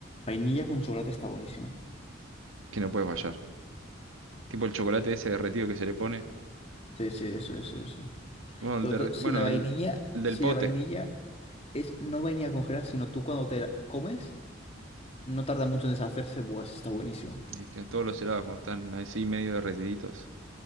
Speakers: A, on the left; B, on the right.
A: Vainilla con chocolate está buenísimo.
B: Que no puede fallar. Tipo el chocolate ese derretido que se le pone.
A: Sí, sí, eso, eso, eso.
B: Bueno,
A: Sobre
B: el, derre-
A: todo si
B: bueno,
A: la vainilla,
B: el, el
A: si
B: del pote.
A: la vainilla es no vainilla congelada, sino tú cuando te la comes. No tarda mucho en deshacerse. Buah, ese está buenísimo.
B: Y que todos los helados cuando están así medio derretiditos.